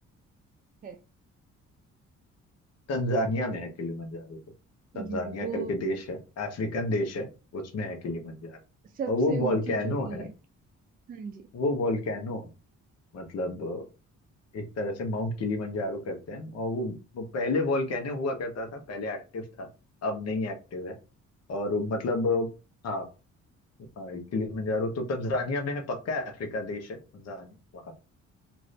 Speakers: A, on the right (about 30°); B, on the left (about 55°).
A: है
B: तंजानिया में है किलिमंजारो तो तंजानिया
A: जी वो
B: करके देश है अफ्रीकन देश है उसमें है किलिमंजारो
A: सबसे
B: और वो वॉल्केनो
A: ऊंची चोटी
B: है
A: है हाँ जी
B: वो वॉल्केनो है मतलब अ, एक तरह से माउंट किलिमंजारो कहते हैं और वो, वो पहले वॉल्केनो हुआ करता था पहले एक्टिव था अब नहीं एक्टिव है और मतलब अ, हाँ हाँ ये किलिमंजारो तो तंजानिया में है पक्का अफ्रीका देश है तंजानिया वहाँ